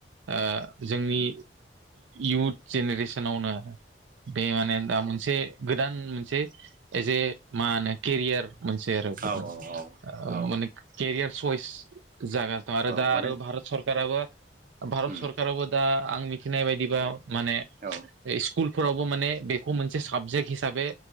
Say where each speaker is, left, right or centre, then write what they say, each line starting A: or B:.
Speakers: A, on the right; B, on the right.
A: ओ जोंनि इुथ जेनेरेसनावनो बे माने दा मोनसे गोदान मोनसे एज ए मा होनो केरियार मोनसे आरो गोदान
B: औ
A: ओ
B: औ
A: माने केरियार चइस जा दं आरो
B: औ
A: दा
B: माने
A: आरो भारत सर सरकाबो भारत
B: उम
A: सरकाराबबो दा आं मिथिनाय बायदिबा माने
B: औ
A: स्कुलफोरावबो माने बे खौ मोनसे साबजेक्ट हिसाबै